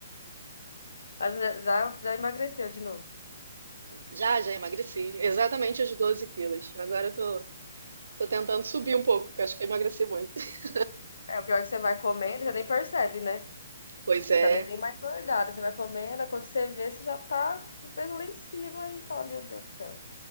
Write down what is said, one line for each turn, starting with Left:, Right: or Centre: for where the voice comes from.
Left: Mas já, já, já emagreceu de novo.
Right: Já, já emagreci, exatamente os 12 quilos. Agora eu tô, tô tentando subir um pouco, porque eu acho que eu emagreci muito. <laughs>
Left: É, o pior é que você vai comendo, você nem percebe, né?
Right: Pois
Left: Eu
Right: é,
Left: também dei mais engordada. Você vai comendo, aí quando você vê, você já tá com o peso lá em cima e fala, meu Deus do céu.